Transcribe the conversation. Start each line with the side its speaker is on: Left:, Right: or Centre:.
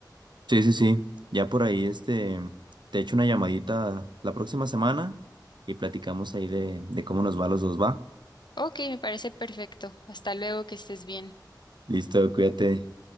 Right: Sí, sí, sí. Ya por ahí, este, te echo una llamadita la próxima semana y platicamos ahí de, de cómo nos va a los dos, ¿va?
Left: Ok, me parece perfecto. Hasta luego, que estés bien.
Right: Listo, cuídate.